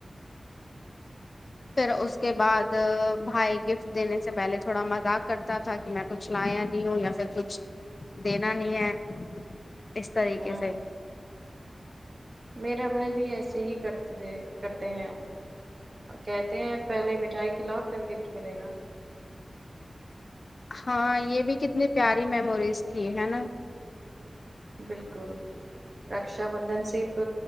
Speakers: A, on the left; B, on the right.
A: پھر اس کے بعد بھائی گفٹ دینے سے پہلے تھوڑا مذاق کرتا تھا کہ میں کچھ لایا نہیں ہوں یا پھر کچھ دینا نہیں ہے اس طریقے
B: ہوں
A: سے
B: میرا بھائی بھی ایسے ہی کرتے تھے کرتے ہیں کہتے ہیں پہلے مٹھائی کےلاوف پھر گفٹ ملے گا
A: ہاں یہ بھی کتنی پیاری میموریز تھی ہے نا
B: بالکل رکشا بندھن صرف